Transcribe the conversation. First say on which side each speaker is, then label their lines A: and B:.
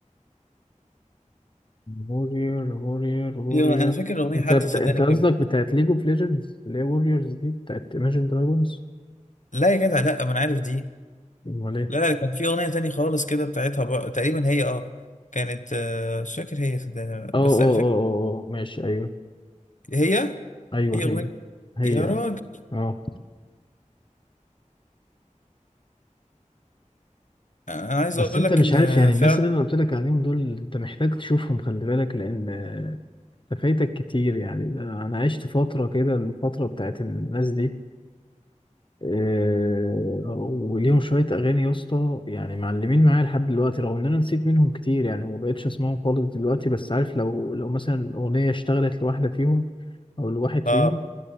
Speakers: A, on the left; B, on the left.
A: وورير وورير وورير
B: هي انا فاكر الاغنيه
A: انت
B: حتى
A: بت...
B: صدقني
A: انت قصدك
B: كانت
A: بتاعت ليج اوف ليجندز اللي هي ووريرز دي بتاعت ايماجين دراجونز
B: لا يا جدع لا ما انا عارف دي
A: ولا ايه
B: لا لا كان في اغنيه تانية خالص كده بتاعتها بقى تقريبا هي اه كانت آه، مش فاكر هي صدقني ولا لأ.
A: اه اه
B: بس انا فاكر
A: اه اه آه، ماشي ايوه
B: هي
A: ايوه
B: في اغنيه
A: هي هي
B: يا راجل
A: اه آه.
B: انا عايز
A: بس
B: اقول
A: انت
B: لك
A: مش
B: ان
A: عارف
B: آه،
A: يعني الناس
B: فعلا
A: اللي انا قلت لك عليهم دول انت محتاج تشوفهم خلي بالك لان آه، انت فايتك كتير يعني ده انا عشت فتره كده الفتره بتاعت الناس دي آه، وليهم شويه اغاني يا اسطى يعني معلمين معايا لحد دلوقتي رغم ان انا نسيت منهم كتير يعني وما بقتش اسمعهم خالص دلوقتي بس عارف لو لو مثلا اغنيه اشتغلت لواحده فيهم او لواحد
B: اه
A: فيهم